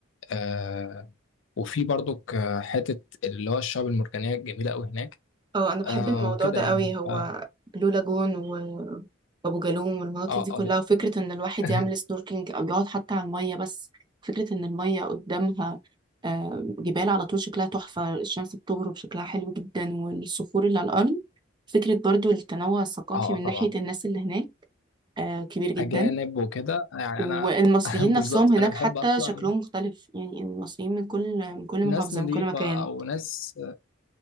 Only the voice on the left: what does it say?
آه، وفي برضه حته اللي هو الشعاب المرجانيه الجميله قوي هناك
آه،
وكده
يعني
ف- اه
اه
<laughs>
اه
آه،
طبعا
أجانب وكده يعني
أنا <laughs>
بالظبط
أنا بحب
أصلا
ناس
نظيفة
أو ناس